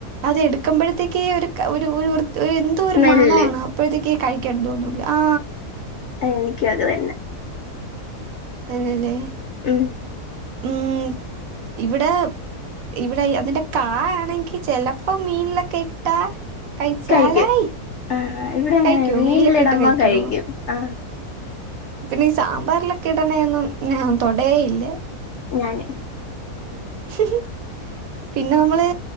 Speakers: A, on the right (about 70°); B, on the left (about 65°).
A: അത് എടുക്കുമ്പോഴത്തേക്കേ ഒരു, ഒരു ഒരു വൃ ഒരു, എന്തോ, ഒരുമണാണ്,
B: സ്മെല്ല്
A: അപ്പോഴത്തേക്ക് കഴിക്കാതോന്നൂല, ആ
B: എനിക്കും, അത്, തന്നെ.
A: ആണല്ലേ
B: ഉം
A: ഉം ഇവിടെ ഇവിടെ അതിന്റെ കായ ആണെങ്കി ചെലപ്പോ മീനിലൊക്കെ ഇട്ടാ കഴിച്ചാലായി
B: കഴിക്കും ആഹ് ഇവിടെ അങ്ങനെ
A: കഴിക്കോ
B: മീനിലിടുമ്പം
A: മീലൊക്കെ ഇട്ട കഴിക്കോ
B: കഴിക്കും ആഹ്
A: പിന്നെ ഈ സാമ്പാറിലൊക്കെ ഇടണൊന്നും ഞൻ തൊടയേയില്ല
B: ഞാന്
A: <unintelligible> പിന്നെ നമ്മള്